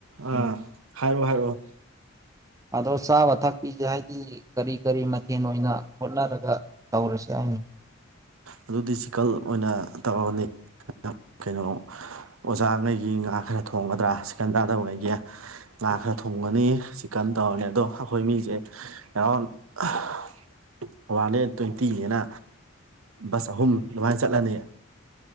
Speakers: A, on the right; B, on the right.
A: ꯑꯥ
B: ꯎꯝ
A: ꯍꯥꯏꯔꯛꯑꯣ ꯍꯥꯏꯔꯛꯑꯣ
B: ꯑꯗꯣ ꯆꯥꯕ ꯊꯛꯄꯤꯁꯦ ꯍꯥꯏꯗꯤ ꯀꯔꯤ ꯀꯔꯤ ꯃꯊꯦꯜ ꯑꯣꯏꯅ ꯍꯣꯠꯅꯔꯒ ꯇꯧꯔꯁꯦ ꯍꯥꯏꯅꯣ
A: ꯑꯗꯨꯗꯤ ꯆꯤꯀꯜ ꯑꯣꯏꯅ ꯇꯧꯔꯕꯅꯤ ꯀꯩꯅꯣ ꯑꯣꯖꯥꯉꯩꯒꯤ ꯉꯥ ꯈꯔ ꯊꯣꯡꯒꯗ꯭ꯔꯥ ꯁꯤꯀꯟ ꯇꯥꯗꯕꯉꯩꯒꯤ ꯉꯥ ꯈꯔ ꯊꯣꯡꯒꯅꯤ ꯆꯤꯛꯀꯟ ꯇꯧꯔꯅꯤ ꯑꯗꯣ ꯑꯩꯈꯣꯏ ꯃꯤꯖꯦ ꯑꯦꯔ꯭ꯥꯎ꯭ꯟ ꯑꯥꯍ ꯋꯥꯟꯗ꯭ꯔꯦꯟ ꯇ꯭ꯋꯦꯟꯇꯤꯅꯦꯅ ꯕꯁ ꯑꯍꯨꯝ ꯑꯗꯨꯃꯥꯏꯟ ꯆꯠꯂꯅꯤ